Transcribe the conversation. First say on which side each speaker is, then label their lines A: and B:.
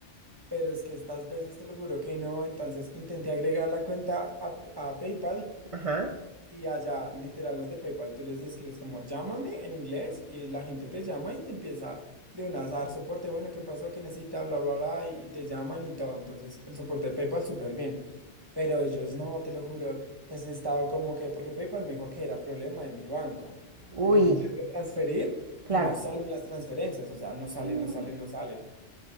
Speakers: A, on the right; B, on the right.
A: pero es que estas veces te lo juro que no, entonces intenté agregar la cuenta a, a PayPal
B: Ajá.
A: y allá, literal, los de PayPal, tú les escribes como llámame en inglés y la gente te llama y te empieza de una a dar soporte. Bueno, ¿qué pasó? ¿Qué necesita? Bla, bla, bla. Y te llaman y todo. Entonces, el soporte de PayPal súper bien. Pero ellos no, te lo juro. Entonces he estado como que, porque PayPal me dijo que era problema de mi banco.
B: Uy,
A: Porque yo intenté transferir
B: claro.
A: y no salen las transferencias. O sea, no sale,
B: Mm.
A: no sale, no sale.